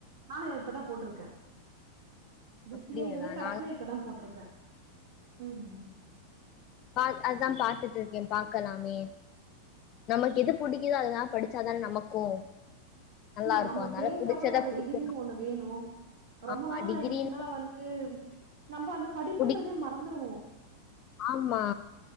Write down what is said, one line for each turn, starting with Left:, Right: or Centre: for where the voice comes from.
Right: நானு இப்பதா போட்ருக்கே பி
Left: அப்டிங்களா
Right: சி யென்றது கரசுல
Left: நானு
Right: இப்பதா போட்ருக்கே உம்
Left: பா அதா பாத்துட்டு இருக்கே பாக்கலாமே நமக்கு எது புடிக்குதோ அதுதாம் படிச்சாதா நமக்கு நல்லா
Right: ஆமா
Left: இருக்கு
Right: நம்ம
Left: அதனால
Right: பேருக்கு
Left: புடிச்சத
Right: அப்றோ ஒரு
Left: படிக்கணு
Right: டிகிரினு ஒன்னு வேணு ரொம்ப
Left: ஆமா
Right: நாள்
Left: டிகிரின்னு
Right: ஆயிடுச்சுன்னா வந்து நம்ம அந்த படிப்புண்றதே
Left: புடி
Right: மறந்துருவோ
Left: ஆமா